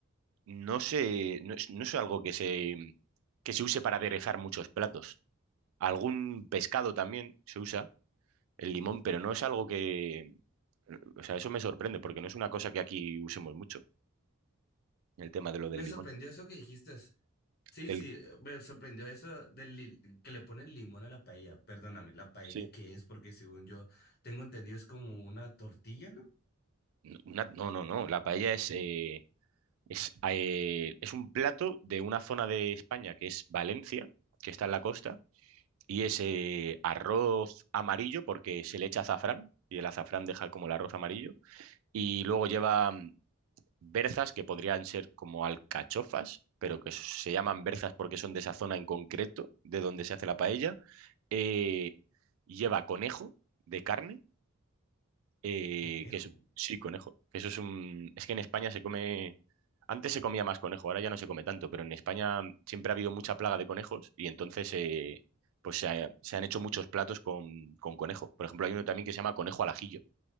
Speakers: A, on the right (about 70°); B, on the left (about 45°).
A: no se, no es, no es algo que se, que se use para aderezar muchos platos. Algún pescado también se usa el limón, pero no es algo que, o sea, eso me sorprende, porque no es una cosa que aquí usemos mucho. el tema de lo del
B: Me
A: limón.
B: sorprendió eso que dijiste. Sí,
A: El,
B: sí, eh, me sorprendió eso del li- que le ponen limón a la paella. Perdóname, ¿la paella
A: sí.
B: qué es? Porque según yo tengo entendido es como una tortilla, ¿no?
A: Una- no, no, no. La paella es, eh, es, eh, es un plato de una zona de España que es Valencia, que está en la costa, y es eh, arroz amarillo porque se le echa azafrán y el azafrán deja como el arroz amarillo. Y luego lleva mm, berzas que podrían ser como alcachofas, pero que se llaman berzas porque son de esa zona en concreto de donde se hace la paella. Eh, lleva conejo de carne Eh,
B: Conejo.
A: que es- sí, conejo. Que eso es un. Es que en España se come. Antes se comía más conejo, ahora ya no se come tanto, pero en España siempre ha habido mucha plaga de conejos y entonces eh, pues se, ha- se han hecho muchos platos con, con conejo. Por ejemplo, hay uno también que se llama conejo al ajillo,